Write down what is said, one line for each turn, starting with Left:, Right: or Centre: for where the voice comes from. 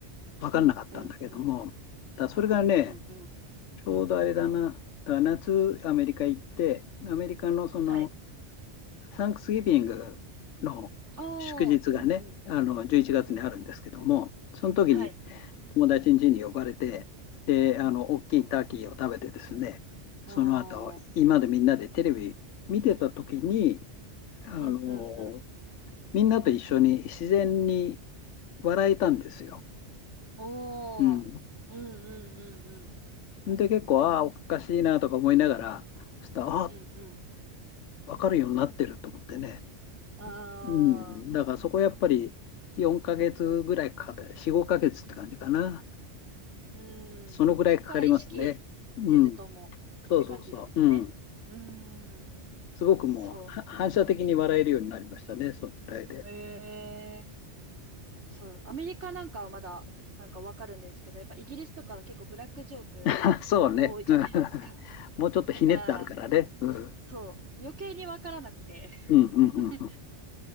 Left: 分かんなかったんだけどもだそれがね
Right: うん、うん、うん、うん、うん、うん。
Left: ちょうどあれだなだ夏アメリカ行ってアメリカのその
Right: はい。
Left: サンクスギビングの祝日がね、
Right: ああ、うん、うん、
Left: あの、11月にあるんですけども、
Right: うん、うん。
Left: その時に
Right: はい。
Left: 友達ん家に呼ばれて、で、あの、
Right: うん、うん、
Left: 大きいターキーを食べてですね、
Right: うん。おあ、
Left: その後、今までみんなでテレビ見てた時に、あの、
Right: うん、うん、うん。
Left: みんなと一緒に自然に笑えたんですよ。
Right: おー。
Left: うん。
Right: うん、うん、うん、うん、
Left: で、結構、ああ、おかしいなとか思いながら、そしたら、ああ、
Right: うんう
Left: かるようになってると思ってね。
Right: ん。ああ、
Left: うん、だからそこはやっぱり4ヶ月ぐらいかかった、4、5ヶ月って感じかな。
Right: う
Left: そのぐらいかかりますね。
Right: ん。そっから意識せずともって感じなんですね。
Left: うん、そうそうそう。うん、
Right: うん、
Left: すごくもうは反射的に笑えるようになりましたね、
Right: そう。うん、う
Left: そのぐらいで。
Right: ん。ええそう、アメリカなんかはまだなんかわかるんですけど、やっぱイギリスとかは結構ブラックジョークが多いじゃないですか。
Left: あ、そうね。うん <laughs> もうちょっとひねってあるからね。
Right: <laughs> だから、
Left: うん、
Right: そう、余計にわからなくて、
Left: うん、うん、
Right: <laughs>
Left: うん。